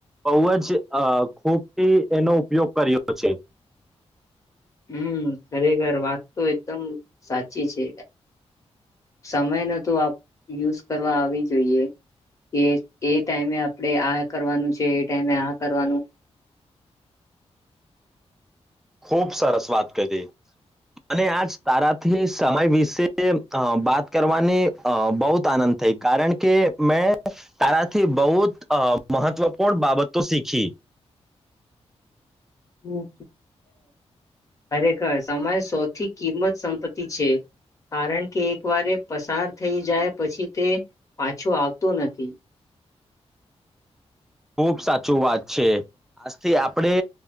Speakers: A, in the centre; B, on the left (about 30°).
A: બહ જ ખૂબથી એનો ઉપયોગ કર્યો છે.
B: હમ ખરેખર વાત તો એકદમ સાચી છે સમય ન તો યુઝ કરવા આવી જોઈએ કે એ ટાઈમે આપણેે આ કરવાનું છે એ ટાઈમે આ કરવાનું.
A: ખૂબ સરસ વાત કરી મ આજ તારાથી સમય વિશે વાત કરવાની બહુત આનંદ થઈ કારણ કે મેં તારાથી બહુ જ મહત્વપૂર્ણ બાબતો શીખી.
B: હમ ખરેખર સમય સૌથી કિંમત સંપત્તિ છે કારણ કે એક વારે પસાર થઈ જાય પછી તે પાછો આવતો નથી.
A: ખુબ સાચું વાત છે આજથી આપણે